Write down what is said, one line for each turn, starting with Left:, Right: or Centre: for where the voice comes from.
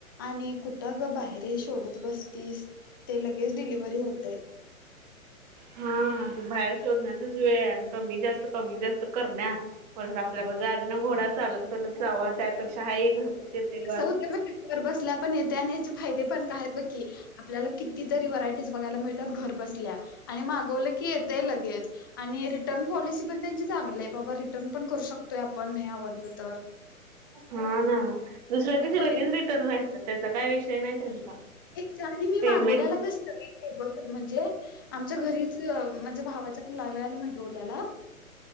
Left: आणि कुठं ग बाहेरही शोधत बसतीस ते लगेच डिलिव्हरी होतय.
Right: हा ते बाहेर शोधण्यातच वेळ आणि कमी जास्त कमी जास्त करण्या परत आपल्याकड गाडी ना घोडा चालत बॅलत जावा त्यापेक्षा हा हे घरपोच येतय बास
Left: कसं होतंय माहिती घर बसल्या पण येतय आणि याचे फायदे पण काय आहेत बघ की, आपल्याला कितीतरी व्हरायटीज बघायला मिळतात घर बसल्या आणि मागवलं की येतय लगेच आणि रिटर्न पॉलिसी पण त्यांची चांगली हाय बाबा रिटर्न पण करू शकतोय आपण न्हाय आवडलं तर
Right: हा ना दुसऱ्या दिवशी
Left: आणि क्वालिटी
Right: लगेच रिटर्न व्हायचं त्याचा काय विषय नाय त्यांचा
Left: एकच्या आधी मी
Right: पेमेंट
Left: मागवल्याला ग <unintelligible> ते बरं म्हणजे आमच्या घरीच अ म्हणजे भावाच्यापण लागल्या मागवल्याला